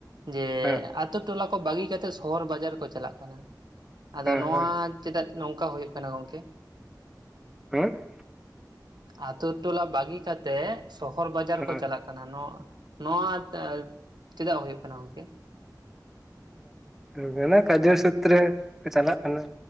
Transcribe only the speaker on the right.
ᱡᱮ
ᱟᱛᱳ ᱴᱚᱞᱟ ᱠᱚ ᱵᱟᱹᱜᱤ ᱠᱟᱛᱮ ᱥᱚᱦᱚᱨ ᱵᱟᱡᱟᱨ ᱠᱚ ᱪᱟᱞᱟᱜ ᱠᱟᱱᱟ, ᱟᱫᱚ
ᱱᱚᱣᱟ
ᱪᱮᱫᱟᱜ ᱱᱚᱝᱠᱟ ᱦᱩᱭᱩᱜ ᱠᱟᱱᱟ ᱜᱚᱝᱠᱮ?
ᱟᱹᱛᱳ ᱴᱚᱞᱟ ᱵᱟᱹᱜᱤ ᱠᱟᱛᱮᱜ ᱥᱚᱦᱚᱨ ᱵᱟᱡᱟᱨ
ᱠᱚ ᱪᱟᱞᱟᱜ ᱠᱟᱱᱟ ᱱᱚ ᱱᱚᱣᱟ <inaudible> ᱪᱮᱫᱟᱜ ᱦᱳᱭᱳᱜ ᱠᱟᱱᱟ ᱜᱚᱝᱠᱮ?